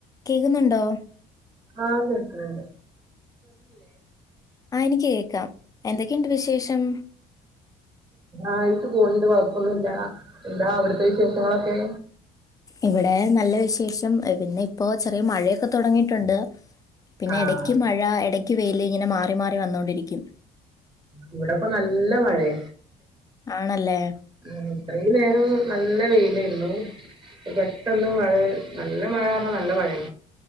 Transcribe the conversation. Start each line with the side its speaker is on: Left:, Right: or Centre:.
Left: കേൾക്കുന്നുണ്ടോ?
Right: ആഹ് കേൾക്ക്ണ് ണ്ട്.
Left: ആഹ് എനിക്ക് കേക്കാം. എന്തൊക്കെയുണ്ട് വിശേഷം?
Right: ആയുസ്സ് കൂടുന്നുണ്ട് കൊഴപ്പൊന്നുല്ല. എന്താ അവിടത്തെ വിശേഷങ്ങളൊക്കെ?
Left: ഇവിടെ നല്ല വിശേഷം. പിന്നെ ഇപ്പോ ചെറിയ മഴയൊക്കെ തൊടങ്ങിയിട്ടുണ്ട്. പിന്നെ
Right: ആഹ്
Left: എടയ്ക്ക് മഴ എടയ്ക്ക് വെയില്. ഇങ്ങനെ മാറി മാറി വന്നോണ്ടിരിക്കും.
Right: ഇവിടെപ്പ നല്ല മഴയ
Left: ആണല്ലേ
Right: ഉം ഇത്രീം നേരം നല്ല വെ. ലേര്ന്നു. ഇപ്പൊ പെട്ടെന്ന് മഴ നല്ല മഴ <unintelligible> നല്ല മഴാണ്.